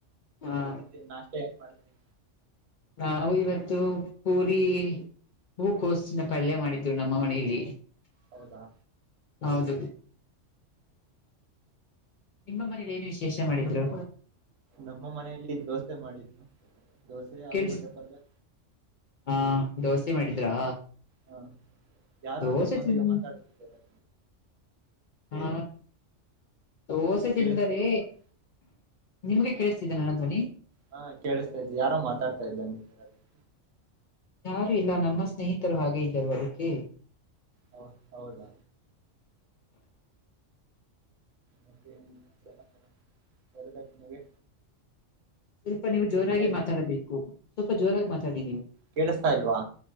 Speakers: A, on the left (about 65°); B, on the right (about 85°).
A: ಆ
B: ಮತ್ತೆ ನಾಷ್ಟ ಏನ್ ಮಾಡಿದ್ರಿ
A: ನಾವು ಇವತ್ತು ಪೂರಿ ಹೂ ಕೋಸ್ಸಿನ ಪಾಲ್ಯ ಮಾಡಿದ್ರೂ ನಮ್ಮ ಮನೆಯಲ್ಲಿ
B: ಹೌದಾ
A: ಹೌದು ನಿಮ್ಮ ಮನೇಲಿ ಏನು ವಿಶೇಷ ಮಾಡಿದ್ರು.
B: ನಮ್ಮ ಮನೆಯಲ್ಲಿ ದೋಸೆ ಮಾಡಿದ್ರೂ ದೋಸೆ ಆಲೂಗಡ್ಡೆ
A: ಕೆಲ್ಸ
B: ಪಲ್ಯ
A: ಹಾ ದೋಸೆ ಮಾಡಿದ್ರಾ
B: ಹ ಯಾರೋ
A: ದೋಸೆ
B: ನಿಮ್ಮೊಂದಿಗೆ
A: ತಿನ್
B: ಮಾತಾಡ್ತಿದ್ದಾರೆ
A: ಹಾ ದೋಸೆ ತಿಂದರೆ
B: ಕೇಳಿಸ್ತಾ ಇದ್ದ ಅವರು
A: ನಿಮ್ಗೆ ಕೇಳಿಸ್ತಿದ್ದೀಯ ನಾನ ಧ್ವನಿ
B: ಹಾ ಕೇಳಿಸ್ತಾ ಇದೆ ಯಾರೋ ಮಾತಾಡ್ತಾ ಇದ್ದಂಗಗಿದಾಂಗಿದ್ದಾರೆ
A: ಯಾರು ಇಲ್ಲ ನಮ್ಮ ಸ್ನೇಹಿತರು ಹಾಗೆ ಇದ್ದರು ಅದಕ್ಕೆ
B: ಹ ಹೌದಾ ಮತ್ತೇನ್ ಸಮಾಚಾರ ಹೇಳಬೇಕ್ ನೀವೆ.
A: ಸ್ವಲ್ಪ ನೀವು ಜೋರಾಗಿ ಮಾತಾಡಬೇಕು
B: ಬಿತ್ತಾ
A: ಸ್ವಲ್ಪ ಜೋರಾಗಿ ಮಾತಾಡಿ ನೀವು-
B: ಕೇಳಿಸತಾ ಇಲ್ವಾ.